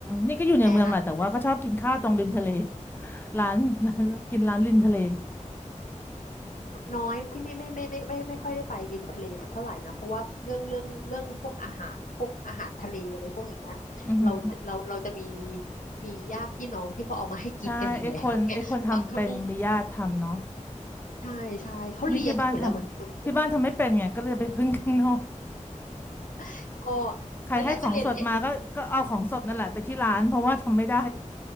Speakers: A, on the left (about 15°); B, on the left (about 85°).
A: นี่ก็อยู่ในเมืองแหละแต่ว่าก็ชอบกินข้าวตรงริมทะเล
B: แออัด
A: <laughs> ร้านร้านกินร้านริมทะเล
B: น้อยที่ไม่ไม่ไม่ไม่ไม่ไม่ไม่ค่อยได้ไปริมทะเลสักเท่าไหร่นะเพราะว่าเรื่องเรื่องเรื่องพวกอาหารพวกอาหารทะเลอะไรพวกอย่างเงี้ยเราจะเราเราจะมี
A: อือหือ
B: มีญาติพี่น้องที่เขาเอามาให้กินกันอยู่แล้ว
A: ใช่ไอ้คนไอ้คนทำเป็นมีญาติทำเนาะ
B: <laughs> ไงตอนอืมใช่ใช่เขาเลี้ยงกันอยู่แล้วเหมือนเหมือน
A: นี่ที่บ้านทำที่บ้านทำไม่เป็นไงก็เลยไปพึ่งข้างนอก
B: <laughs> ก็
A: ใครให้ของสดมาก็ก็เอาของสดนั่นแหละไปที่ร้านเพราะว่าทำไม่ได้
B: นั่นแหละก็เรียนเรียน